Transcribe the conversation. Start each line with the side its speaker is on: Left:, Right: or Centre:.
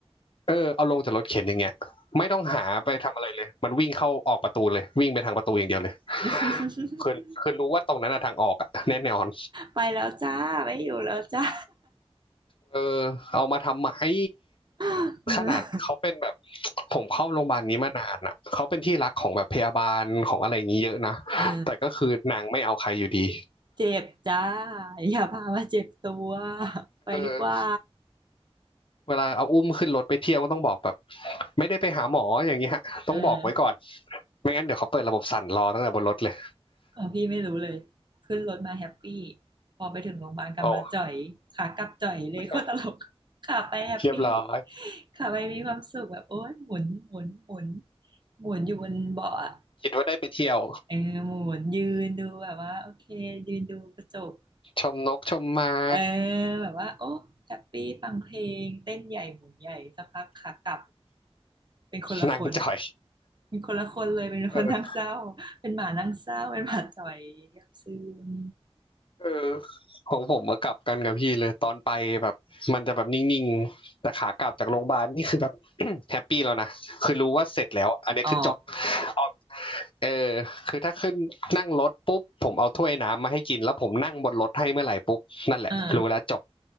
Left: เออเอาลงจากรถเข็นอย่างเงี้ยไม่ต้องหาไปทำอะไรเลยมันวิ่งเข้าออกประตูเลยวิ่งไปทางประตูอย่างเดียวเลย
Right: <laughs>
Left: คือคือรู้ว่าตรงนั้นอะทางออกอะแน่นอน
Right: ไปแล้วจ้า ไม่อยู่แล้วจ้า
Left: เออเอามาทำไม <laughs>
Right: <laughs>
Left: ขนาดเขาเป็นแบบผมเข้าโรงพยาบาลนี้มานานอ่ะเขาเป็นที่รักของแบบพยาบาลของอะไรอย่างนี้เยอะนะ
Right: เออ
Left: แต่ก็คือนางไม่เอาใครอยู่ดี
Right: เจ็บจ้าอย่าพามาเจ็บตัวไปดีกว่า
Left: เออเวลาเอาอุ้มขึ้นรถไปเที่ยวก็ต้องบอกแบบไม่ได้ไปหาหมออย่างเงี้ยต้องบอกไว้ก่อน
Right: เออ
Left: ไม่งั้นเดี๋ยวเขาเปิดระบบสั่นรอตั้งแต่บนรถเลย
Right: ของพี่ไม่รู้เลยขึ้นรถมาแฮปปี้พอไปถึงโรงพยาบาลกลับมาจ่อยขากลับจ่อยเลยโคตรตลกขาไปแฮปปี้
Left: โอ้ <laughs> เรียบร้อย
Right: ขาไปมีความสุขแบบโอ๊ยหมุนหมุนหมุนหมุนอยู่บนเบาะอะ
Left: คิดว่าได้ไปเที่ยว
Right: เออหมุนยืนดูแบบว่าโอเคยืนดูกระจก
Left: ชมนกชมไม้
Right: เออแบบว่าโอ้แฮปปี้ฟังเพลงเต้นใหญ่หมุนใหญ่สักพักขากลับ เป็นคนละคน
Left: นางจ่อย
Right: เป็นคนละคนเลย เป็นคนนั่งเศร้า
Left: เออ
Right: เป็นหมานั่งเศร้า เป็นหมาจ่อยเงียบซึม
Left: เออของผมมากลับกันกับพี่เลยตอนไปแบบมันจะแบบนิ่งๆแต่ขากลับจากโรงพยาบาลนี่คือแบบ <coughs> <clears throat> แฮปปี้แล้วนะคือรู้ว่าเสร็จแล้วอันนี้คือจบ
Right: อ๋อ
Left: ออกเออคือถ้าขึ้นนั่งรถปุ๊บผมเอาถ้วยน้ำมาให้กินแล้วผมนั่งบนรถให้เมื่อไหร่ปุ๊บนั่นแหละรู้แล้วจบ
Right: เออ